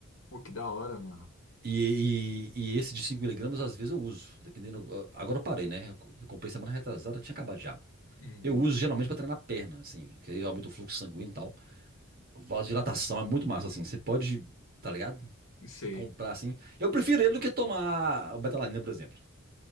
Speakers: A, on the left; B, on the right.
A: Pô, que da hora, mano.
B: E, e- e esse de cinco miligramas, às vezes eu uso, dependendo. Agora eu parei, né? Eu comprei semana retrasada, tinha acabado já.
A: Hum,
B: Eu uso geralmente para treinar a perna, assim, que aí aumenta o fluxo sanguíneo e tal. Vasodilatação é muito massa, assim. Você pode, tá ligado?
A: sei.
B: Comprar assim. Eu prefiro ele do que tomar o betalanina, por exemplo.